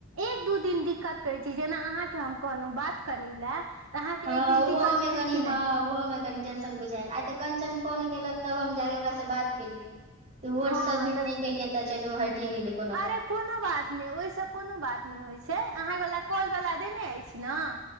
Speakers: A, on the right; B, on the right.
A: एक दू दिन दिक्कत करैत छी जेना अहाँके हम कहलो बात करै लए तऽ अहाँके
B: हँ
A: एक दिन
B: ओहो
A: दिक्कत
B: में
A: भेल
B: कनि
A: कि
B: हँ
A: नहि
B: ओहो में कनि टेंशन बुझाय आइ तऽ कंचन फोन केलक तब हम जाके ओकास से बात केलियै त वोट
A: हँ
B: सबमिट
A: तऽ
B: नय केलियै तऽ चलू हटि गेले
A: अरे कोनो बात नय ओहि से कोनो बात नय होइ छै अह वाल कॉल वाला देने ऐछ ना